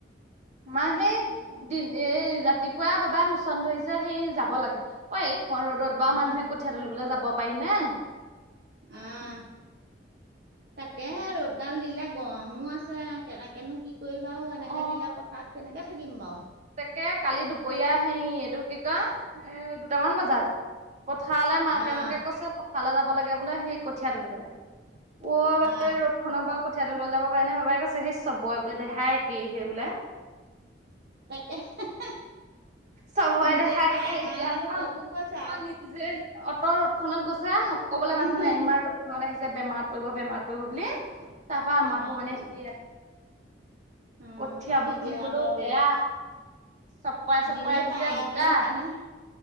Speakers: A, on the right (about 40°); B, on the right (about 60°).
A: আমা হেই
B: তাকে
A: দিন এই ৰাতিপুৱা বাবাই মোচন ধৰিছে হেই যাব লাগে। অই এখন ৰ'দত বা মানুহে
B: অঁ
A: কঠিয়া তুলিবলে মানুহে যাব পাৰি নে?
B: আহ, তাকেহে
A: তাকে।
B: ৰ'দডাল দিলে গৰমো আছে কেনেকেনো কি কৰিবাও
A: অ
B: এনেকে দিলে পথাৰত কেনেকে থাকিম। <unintelligible>
A: তাকে কালি দুপৰীয়া হেৰি এইটো কি কয় এ দুটামান বজাত। পথাৰলে মাকে
B: অঁ
A: মোকে কৈছে পথাৰলে যাব লাগে বোলে সেই কঠীয়া তুলিবলে। ৱ <unintelligible>
B: অঁ
A: ৰ'দ খনত বাও কঠীয়া তুলিব যাব পাৰে নে? বাবাই কৈছে সেই চবৰে বোলে দেহাই একেইহে বোলে।
B: তাকে <unintelligible>
A: চবৰে
B: নিজে
A: দেহা
B: পায়
A: একে
B: কাৰণে
A: এতিয়া আকৌ
B: লোককো
A: অ
B: কৈছে
A: নিজে অত' ৰ'দখনত গৈছে। নকবলে
B: আৰু
A: মানুহ নাই। ইমান ৰ'দ খনত আহি যে বেমাৰত পৰিব, বেমাৰত পৰিব বুলি। তাপা
B: বেমাৰত
A: আমাকো মানে
B: পৰিব
A: সি <unintelligible>
B: অঁ
A: কঠিয়াবোৰ
B: নিজে
A: তুলিবলেও
B: আঁতৰ ৰ'দ
A: বেয়া। চপৰাই চপৰাই
B: নিজে
A: আহিছে
B: পায়
A: বোকা।
B: যে সেইকাৰণে